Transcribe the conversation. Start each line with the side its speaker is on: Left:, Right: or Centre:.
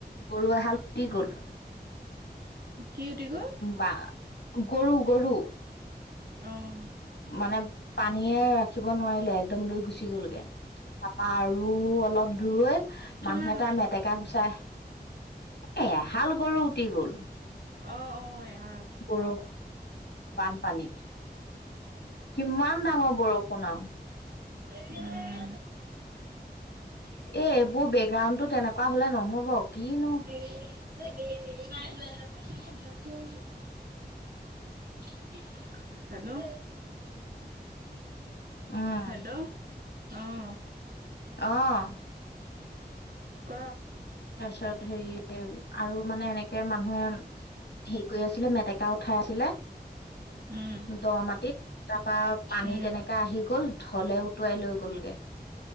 Left: গৰু এহাল উটি গ'ল।
Right: কি উটি গ'ল?
Left: বাহ। গৰু -গৰু
Right: অহ।
Left: মানে পানীয়ে ৰাখিব নোৱাৰিলে। একদম লৈ গুচি গ'লগে। তাৰপৰা আৰু অলপ দূৰৈ-
Right: কিমান
Left: মানুহ এটা
Right: উটি
Left: মেটেকা
Right: গ'ল?
Left: গুচাই, এ এহাল গৰু উটি গ'ল?
Right: অঁ, অঁ এহাল।
Left: বৰষ, বানপানীত, কিমান ডাঙৰ বৰষুণ আৰু।
Right: উম।
Left: এ, এইবোৰ বেকগ্ৰাউণ্ডটো তেনেকুৱা হ'লে নহব, কিনো-
Right: <unintelligible> <inaudible> হেল্ল',
Left: উম
Right: হেল্ল', অঁ।
Left: অঁ।
Right: ক।
Left: তাৰ পিছত হেৰি আৰু মানে এনেকে মানুহে- হেৰি কৰি আছিলে মেটেকা উঠাই আছিলে
Right: উম,
Left: দ মাটিত তা- তাপা পানী
Right: উম,
Left: এনেকে আহি গ'ল, ঢলে উটুৱাই লৈ গ'লগে।